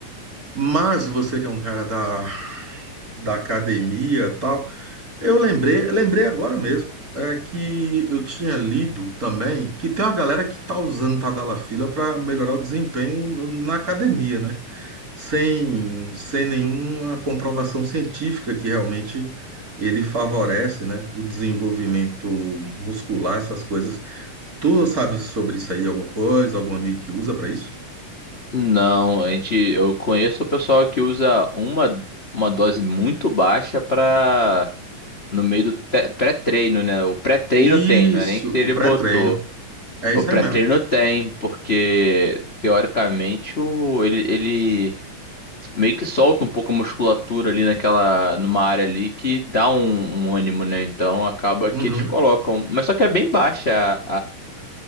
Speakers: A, on the right; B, on the left.
A: Mas você que é um cara da, da academia e tal, Eu lembrei, lembrei agora mesmo, é que eu tinha lido também que tem uma galera que tá usando Tadalafila para melhorar o desempenho na academia, né? Sem, sem nenhuma comprovação científica que realmente ele favorece, né, o desenvolvimento muscular, essas coisas. Tu sabe sobre isso aí alguma coisa, algum amigo que usa para isso?
B: Não, a gente, eu conheço o pessoal que usa uma, uma dose muito baixa para no meio do pé- pré-treino, né? O pré-treino
A: Isso,
B: tem, não é nem que ele
A: o pré-treino.
B: botou.
A: É isso
B: O pré-treino
A: aí mesmo.
B: tem, porque teoricamente o, ele, ele meio que solta um pouco a musculatura ali naquela, numa área ali que dá um, um ânimo, né? Então acaba
A: Uhum,
B: que eles colocam, mas só que é bem baixa